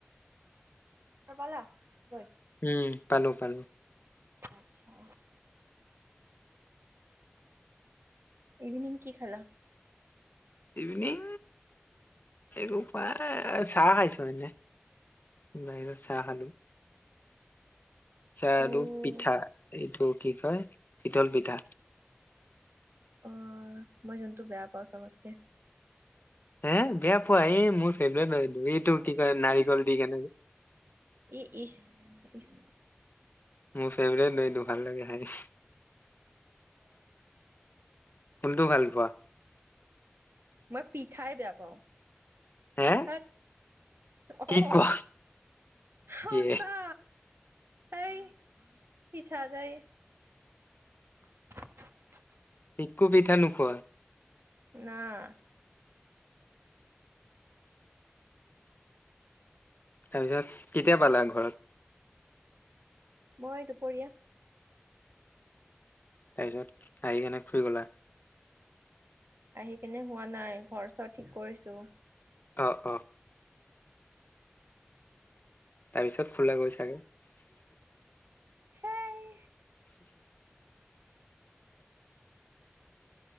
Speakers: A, on the right; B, on the left.
A: ত পালা গৈ
B: উম পালো-পালো।
A: আচ্ছা। ইভিনিং কি খালা?
B: ইভিনিং একো খোৱা চাহ খাইছো এনে বাহিৰত চাহ খালোঁ। চাহ
A: অ'
B: আৰু পিঠা এইটো কি কয় চিতল পিঠা।
A: অ' মই যেন্তু বেয়া পাওঁ চবতকে।
B: হে বেয়া পোৱাাই এই মোৰ এইটো কি কৰে নাৰিকল
A: ইচ
B: দি কেনে
A: ই ইহ ইচ
B: মোৰ ফেভৰেট নইতো ভাল লাগে খাই, কোনটো ভাল পোৱা?
A: মই পিঠাই বেয়া পাওঁ।
B: হে
A: হত
B: কি
A: অ',
B: কোৱা
A: সঁচা
B: ইয়ে
A: এই প <unintelligible>
B: একো পিঠা নোখোৱা?
A: নাহ
B: তাৰপিছত কেতিয়া পালা ঘৰত?
A: মই দুপৰীয়া
B: তাৰপিছত আহি কেনে শুই গলা?
A: আহি কেনে শুৱা নাই ঘৰ চৰ ঠিক কৰিছো।
B: অ', অ'। তাৰপিছত শুলা গৈ চাগে
A: হেই